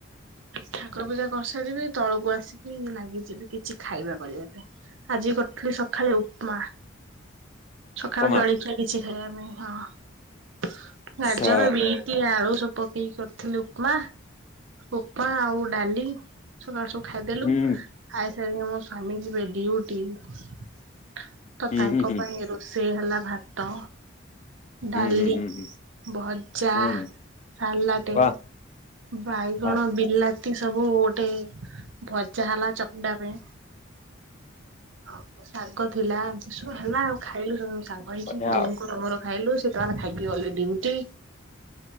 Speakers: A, on the right; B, on the left.
A: ଠାକୁର ପୂଜା କରିସାରିବି ତଳକୁ ଆସିବି ଲାଗିଯିବି କିଛି ଖାଇବା କରିବା ପାଇଁ ଆଜି କରିଥିଲି ସକାଳୁ ଉପମା। ସକାଳୁ
B: ଉପମା
A: ଜଳଖିଆ କିଛି ଖାଇବାପାଇଁ ହଁ ଗାଜର
B: ସା
A: ବିଟ୍ କିଏ ଆଳୁ ସବୁ ପକେଇକି କରିଥିଲି ଉପମା ଉପମା ଆଉ ଡାଲି ସକାଳୁ ସବୁ ଖାଦେଲୁ
B: ହୁଁ
A: ଖାଇସାରି ମୋ ସ୍ବାମୀ ଯିବେ ଡିଉଟି। ତ
B: ହୁଁ
A: ତାଙ୍କ
B: ହୁଁ ହୁଁ
A: ପାଇଁ ରୋଷେଇ ହେଲା ଭାତ ଡାଲି
B: ହୁଁ ହୁଁ ହୁଁ ହୁଁ।
A: ଭଜା
B: ହୁଁ
A: ସାଲାଟେ
B: ବାଃ
A: ବାଇଗଣ
B: ବାଃ
A: ବିଲାତି ସବୁ ଗୋଟେ ଭଜା ହେଲା ଚକଟା ପାଇଁ ହ ଶାଗ ଥିଲା ଏସୁଅ ହେଲା ଆଉ ଖାଇଲୁ ସବୁ ସାଙ୍ଗ ହେଇକି
B: ବଢିଆ
A: ବୋଉଙ୍କର
B: ଆଉ।
A: ମୋର ଖାଇଲୁ ସେତାନ ଖାଇକି ଗଲେ ଡିଉଟି